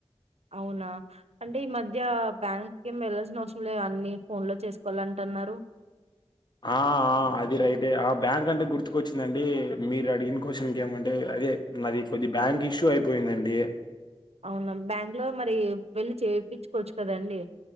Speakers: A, on the right; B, on the left.
A: అవునా అంటే ఈ మద్య బ్యాంక్ కేమ్ వెళ్లాల్సినవసంలేదు అన్ని ఫోన్ లో చేసుకోవాలంటన్నారు
B: ఆ అది రైట్ ఆ బ్యాంక్ అంటే గుర్తుకొచ్చిందండి మీరు అడిగిన కొశెన్కి ఏమంటే అదే నాది కొద్ది బ్యాంక్ ఇష్యూ అయిపోయిందండి
A: అవునా బ్యాంక్ లో మరి వెళ్లి చేపిచ్చుకోవచ్చు కద అండి